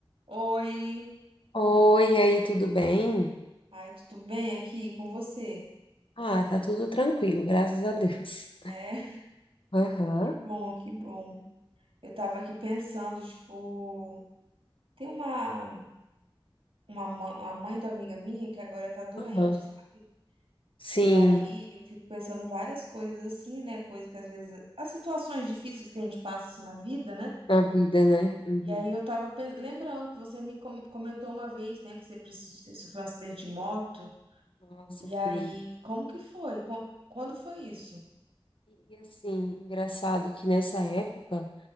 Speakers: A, on the right; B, on the left.
A: Oi,
B: Oi, e aí, tudo bem?
A: ai, tudo bem aqui com você?
B: Ah, tá tudo tranquilo, graças a Deus.
A: É,
B: Aham,
A: que bom, que bom. Eu tava aqui pensando, tipo, tem uma, uma, ma- uma mãe de uma amiga minha que agora tá doente,
B: aham.
A: sabe?
B: Sim,
A: E aí eu fico pensando várias coisas assim, né? Coisas que às vezes, as situações difíceis que a gente passa assim, na vida, né?
B: na vida, né? Uhum.
A: E aí eu tava pen- lembrando que você me com- comentou uma vez, né, que você precis- você sofreu um acidente de moto.
B: Ah, sofri.
A: E aí, como que foi? Qu- Quando foi isso?
B: E, assim, engraçado que nessa época,